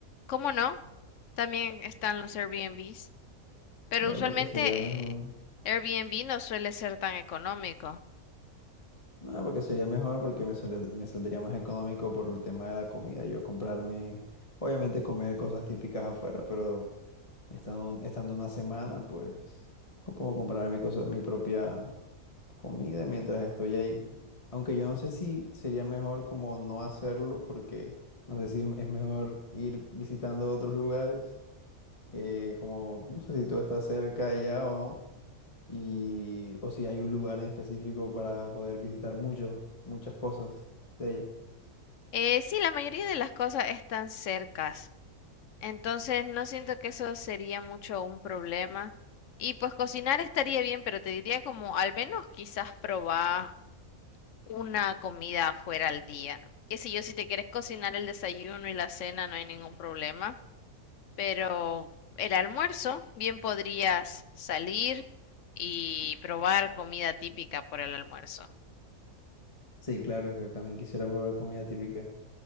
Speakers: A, on the left; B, on the left.
A: ¿Cómo no? También están los Airbnbs. Pero
B: Bueno,
A: usualmente
B: porque sería mejor.
A: eh, Airbnb no suele ser tan económico.
B: No, porque sería mejor porque me sale- me saldría más económico por el tema de la comida. Yo comprarme, obviamente comer cosas típicas afuera, pero estando, estando una semana, pues co- puedo comprarme cosas, mi propia comida mientras estoy ahí. Aunque yo no sé si sería mejor como no hacerlo, porque no sé si es mejor ir visitando otros lugares. eh, como, no sé si tú estás cerca allá o no. y o si hay un lugar en específico para poder visitar muchos, muchas cosas de ella.
A: Eh, sí, la mayoría de las cosas están cercas, entonces no siento que eso sería mucho un problema. Y pues cocinar estaría bien, pero te diría como al menos quizás probar una comida afuera al día. Qué sé yo, si te quieres cocinar el desayuno y la cena no hay ningún problema, pero el almuerzo bien podrías salir y probar comida típica por el almuerzo.
B: Sí, claro, es que también quisiera probar comida típica.